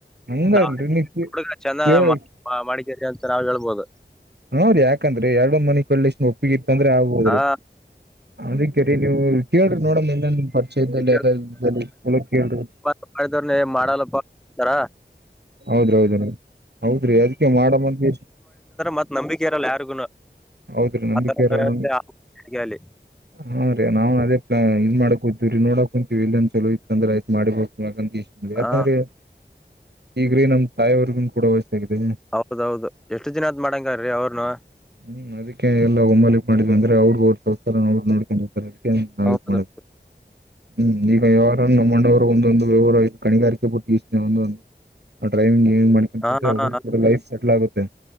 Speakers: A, on the right (about 65°); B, in the centre.
A: ಹಂಗಲ್ರಿ
B: ನಾವ
A: ನೀ
B: ಹುಡುಗ ಚಂದ
A: ಕೇಳಿ
B: ಮಾಡಿಕೇರಿ ಅಂತ ನಾವ್ ಹೇಳ್ಬೋದು
A: ಹ್ರರಿ ಯಾಕಂದ್ರಿ ಎರಡೊ ಮನ ಕಳ ಇಷ್ಟ್ಣ ಒಪ್ಪಿಗಿತ್ತ ಅಂದ್ರೆ ಆಗ್ದ್ರಿ
B: ಹಾ
A: ಅದಕ್ಕೆ ನೀವು ಕೇಳ್ರಿ ನೋಡಮ ಪರಿಚಯದಲ್ಲಿ
B: ಈ
A: ಅ ಇದಲ ಕೇಳ್ರಿ
B: ಮಾಡಿದವ್ರ ಮಾಡಲ್ಲಪ್ಪತಾರ
A: ಹೌದೌದ ಹೌದ್ರಿ ಅದಕ್ಕೆ ಮಾಡ ಮಂದ
B: ಮತ್ತ್ ನಂಬಿಕೆ ಇರಲ್ಲ ಯಾರಿಗು
A: ಹೌದ್ರಿ ನಂಬಿಕೆ
B: ಆತರ
A: ಇರಲ್ಲ
B: ವ್ಯವಸ್ಥೆ ಆಲ್ಲಿ
A: ಹಾ ರೀ ನಾವ್ ಅದೇ ಪ್ಲ ಇನ್ ಮಾಡ ಹದ ನೋಡಾಕ್ ಕುಂತೀವಿ ಇಲ್ಲಂದ ಚಲೋ ಇತ್ ಅಂದ್ರೆಯ್ತ ಮಾಡಿಬೋ ಯ ಯಾಕಂದ್ರೀ
B: ಹಾ
A: ಈಗ್ರೀ ನಮ್ ತಾಯಿಯವರ್ಗೂ ಕೂಡ ವಯಸ್ಸಾಗಿದೆ
B: ಹೌದೌದು ಎಷ್ಟು ದಿನದ್ ಮಾಡಂಗಾರ್ರಿ ಅವ್ರನು
A: ಹ್ಮ್ ಅದಕ್ಕೆ ಎಲ್ಲ ಒಮ್ಮ ಮಾಡ್ವಿ ಅಂದ್ರೆ ಅವ್ರ ಅವಸ್ ನೋ ನೋಡ್ಕೊಂಡ ನಾವ
B: ಹೌದು
A: ಮಾಡ ಹ್ಮ್ ಈಗ ಯಾರ ನಮ್ಮಂಡವರು ಒಂದೊಂದು ವ್ಯವಹಾರ ಆ ಕಣಿಗಾರಿಕೆ ಬಿುಟ್ಟನನೆ ಒಂದೊಂದು ಡ್ರೈವಿಂಗ್ ಗಿವಿಂಗ್ ಮಾಡ್ಕೊಂಡಂತೋರರು
B: ಹಾ ಹಾ
A: ಕಡ ಲೈಫ್ ಸೆಟಲ್ ಆಗುತ್ತೆ